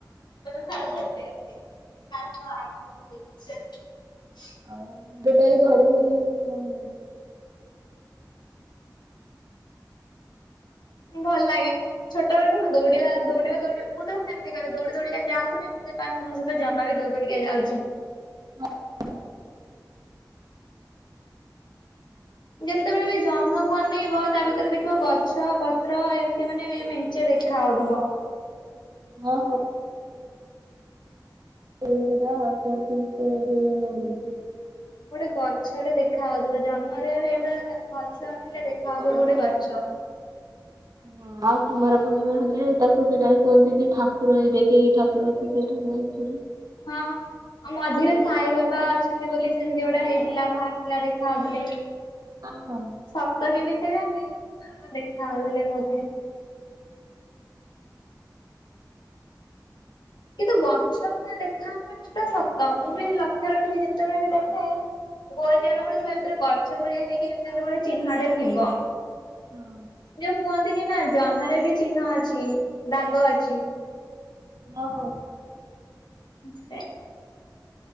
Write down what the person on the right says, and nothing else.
ଆଉ ଦେତେ ଘଡ଼ଘଡି଼ ଭଲ୍ ଲାଗେ।
ହ ଅଁ।
ଅ ହୋ। ସେ ଯୋଡା କୁଅନ୍ତି କେ ହେ ହୋଲି କି।
ହଁ
ହଁ ଆଉ କୁମାର ପୂର୍ଣ୍ଣିମା ହେଲେ ତାକୁ ସେଟା କୁହନ୍ତି ଯେ ଠାକ୍ କୁର ଆଇବେ କି ଠାକୁର ଏଠି ସେଠି <unintelligible>
ହଁ
ହଁ
ଅ ହଉ।